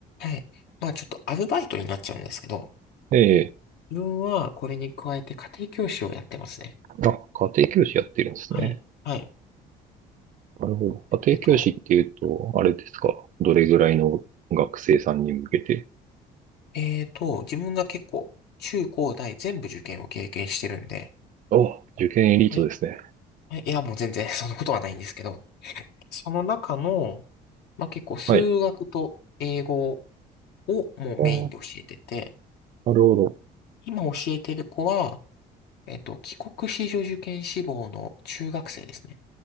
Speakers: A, on the left; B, on the right.
A: い。まあちょっとアルバイトになっちゃうんですけど、
B: ええ、
A: 自分はこれに加えて家庭教師をやってますね。
B: あ、家庭教師やってるんですね。
A: はい。はい。
B: なるほど。家庭教師っていうと、
A: えっと、
B: あれですか。どれぐらいの学生さんに向けて。
A: えっと、自分が結構、中高大全部受験を経験してるんで、
B: あ、受験エリートですね。
A: はい。はいいや、もう全然 <laughs> そんなことはないんですけど、その中の、まあ、結構数学と英語
B: はい。
A: をもうメインで教えてて、
B: ああなるほ
A: 今教えてる子は、えっと、帰国子女受験志望の中学生ですね。